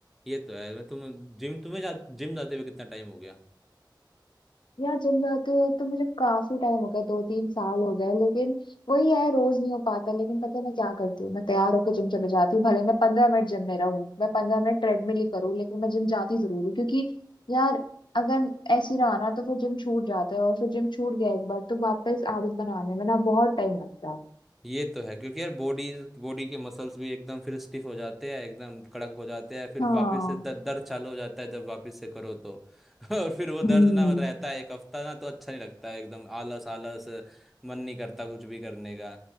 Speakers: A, in the centre; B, on the left.
A: ये तो है तुम जिम तुम्हें जा, जिम जाते हुए कितना टाइम हो गया
B: यार जिम जाते हुए तो मुझे काफी टाइम हो गया दो तीन साल हो गए लेकिन वही है रोज नहीं हो पाता लेकिन पता है मैं क्या करती हूँ मैं तैयार होकर जिम चले जाती हूँ भले मैं पंद्रह मिनट जिम में रहूँ मैं पंद्रह मिनट ट्रेडमिल ही करूँ लेकिन मैं जिम जाती जरूर हूँ क्योंकि यार अगर ऐसी रहा ना तो फिर जिम छूट जाता है और फिर जिम छूट गया एक बार तो वापस आदत बनाने में ना बहुत टाइम लगता है
A: ये तो है क्योंकि यार बॉडी बॉडी के मसल्स भी एकदम फिर स्टिफ हो जाते हैं एकदम कड़क हो जाते हैं फिर
B: हाँ
A: वापस से द- दर्द चालू हो जाता है जब वापस से करो तो <laughs> और फिर वो दर्द
B: हम्म
A: ना रहता है एक हफ्ता ना तो अच्छा नहीं लगता है एकदम आलस आलस मन नहीं करता कुछ भी करने का